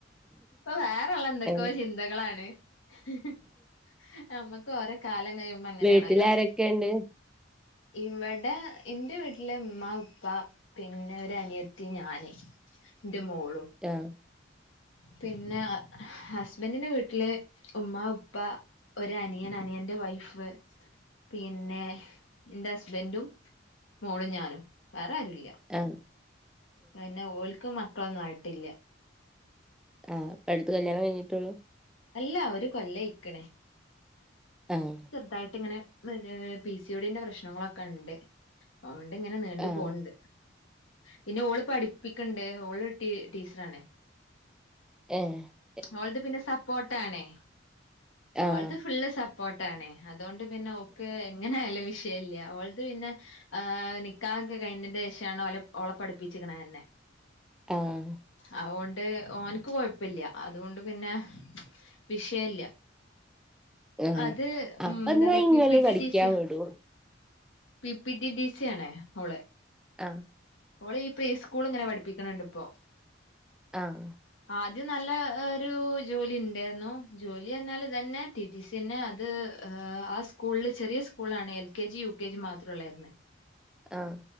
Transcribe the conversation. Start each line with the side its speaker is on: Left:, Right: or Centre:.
Left: ഇപ്പ വേറ്ള്ള എന്തൊക്കോ
Centre: ആഹ്
Left: ചിന്തകളാണ് ഹ് ഹ്. നമ്മക്ക് ഓരോ കാലം കയ്യുമ്പ അങ്ങനാണല്ലോ?
Centre: വീട്ടിലാരൊക്കെണ്ട്?
Left: ഇവടെ ഇന്റെ വീട്ട്ല് ഉമ്മ ഉപ്പ- പിനെ ഒരനിയത്തി ഞാന് ന്റെ മോളും.
Centre: ഏ ഹ്
Left: പിനെ ഹസ്ബന്റിന്റെ വീട്ട്ല് ഉമ്മ ഉപ്പ. ഒരനിയൻ അനിയന്റെ വൈഫ്. പിനെ ന്റെ ഹസ്ബന്റും മോളും ഞാനും വേറാരുല്ല..
Centre: ആ
Left: പിനെ ഓൽക്ക്‌ മക്കളൊന്നും ആയ്ട്ടില്ല.
Centre: ആ ഇപ്പടുത്ത് കല്യാണം കയ്ഞ്ഞിട്ടൊള്ളൂ.
Left: അല്ല ഒരു കൊല്ലയ്ക്ക്‌ണ്
Centre: ആഹ്
Left: ചെറ്തായ്ട്ടിങ്ങനെ വ്ത് പി സി ഒഡി ന്റെ പ്രശ്നങ്ങളൊക്കെ ഇണ്ട് അതോണ്ട് ഇങ്ങനെ നീണ്ട്
Centre: ആഹ്
Left: പോണ്ട്. പിനെ ഓള് പഠിപ്പിക്ക്‌ണ്ട് ഓള് ട്ടീ ട്ടീച്ചറാണ്.
Centre: ഏ ഹ്
Left: അവളത് പിനെ സപ്പോട്ടാണേ.
Centre: ആഹ്
Left: ഓൾത് ഫുള്ള് സപ്പോട്ടാണേ അതോണ്ട് പിനെ ഓക്ക് എങ്ങനെ ആയാലും വിഷയില്ല ഓൾത് പിനെ- ഏഹ് നിക്കാഹൊക്കെ കയ്ഞ്ഞെന്റെ ഷാണ് ഓലെ ഓളെ പഠിപ്പിച്ചിക്കണെനെ.
Centre: ആ ഹ്
Left: അതോണ്ട് ഓൻക്ക് കൊഴപ്പില്ല അതോണ്ട് പിനെ വിഷയില്ല.
Centre: ആഹ്
Left: അത് ഉം
Centre: അപ്പന്നാ
Left: ന്താണ്
Centre: ഇങ്ങള്
Left: പി പി ട്ടി
Centre: പഠിക്കാൻ
Left: ട്ടിസിയ-
Centre: വിടും
Left: പി പി ട്ടി ട്ടിസിയാണേ അവ്ള്
Centre: ആ
Left: ഓളീ പ്രീ സ്കൂള്ങ്ങനെ പഠിപ്പിക്കണ്ണ്ട് ഇപ്പോ.
Centre: ആഹ്
Left: ആദ്യം ന്നല്ല ഒരു ജോലിണ്ടായ്ര്ന്നു ജോലി എന്നാല് ഇതനെ- ട്ടി ട്ടി സിഅനേ അത് ആ സ്കൂൾല് ചെറിയ സ്കൂളാണ് L K G U K G മാത്ര ഉള്ളായ്ര്ന്ന്.
Centre: ആഹ്